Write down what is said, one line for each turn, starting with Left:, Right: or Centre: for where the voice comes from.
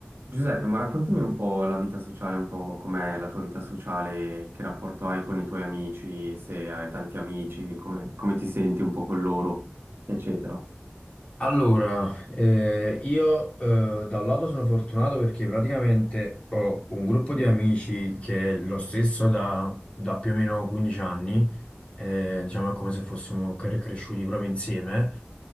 Right: Giuseppe, ma raccontami un po' la vita sociale, un po' com'è la tua vita sociale, che rapporto hai con i tuoi amici, se hai tanti amici, come, come ti senti un po' con loro, eccetera.
Left: Allora, eh, io eh, da un lato sono fortunato perché praticamente ho un gruppo di amici che è lo stesso da, da più o meno 15 anni, eh, diciamo è come se fossimo cre- cresciuti proprio insieme.